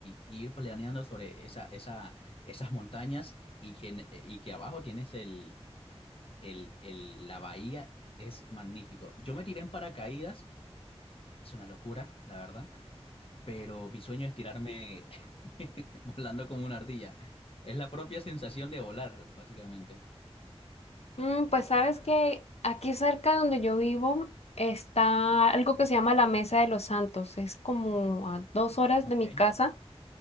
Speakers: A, on the left; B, on the left.
A: y ir planeando sobre esa, esa, esas montañas y que, en- y que abajo tienes el, el, el- la bahía es magnífico. Yo me tiré en paracaídas. Es una locura, la verdad. Pero mi sueño es tirarme <laughs> volando como una ardilla. Es la propia sensación de volar, básicamente.
B: Mm, pues sabes que aquí cerca donde yo vivo está algo que se llama la Mesa de los Santos. Es como a dos horas
A: Ok.
B: de mi casa.